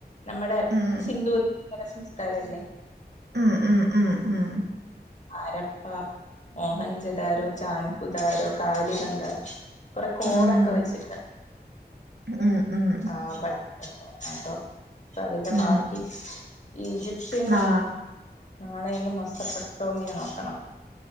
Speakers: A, on the left (about 45°); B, on the right (about 85°).
A: നമ്മുടെ
B: ഉം
A: സിധൂർ സംസ്കാരല്ലേ
B: ഉം ഉം ഉം
A: ആരപ്പ മോഹൻചദാരോ ജാൻഹുദാരോ കാലി ബംഗ കുറെ കോടൊക്കെ
B: ഉം
A: വെച്ചിട്ട്
B: ഉം ഉം
A: ആ പ കേട്ടോ അപ്പ അതിന്റെ
B: ഉം
A: ബാക്കി ഈജിപ്ഷ്യന
B: നാ
A: ഒന്നോ നാളെ ഇനി മൊശപ്പെട്ടമ്മിയ നോക്കണം